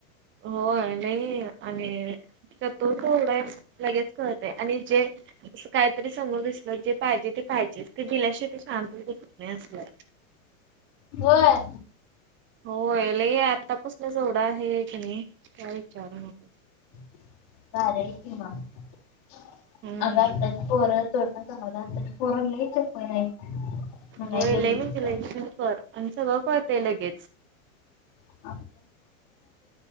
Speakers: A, on the right; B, on the left.
A: होय नाही आणि तो तर एवढा आहे लगेच कळतय आणि जे अस काहीतरी समोर दिसलं जे पाहिजे ते पाहिजेच ते दिल्याश ते शांत नाही असलाय.
B: होय.
A: होय लय आतापासनच एवढा आहे क नाही काय विचारू नको.
B: <unintelligible>
A: हम्म.
B: <unintelligible>
A: होय
B: गेली
A: लईनच
B: तर
A: ल कर आन सगळ कळतय लगेच.
B: <unintelligible>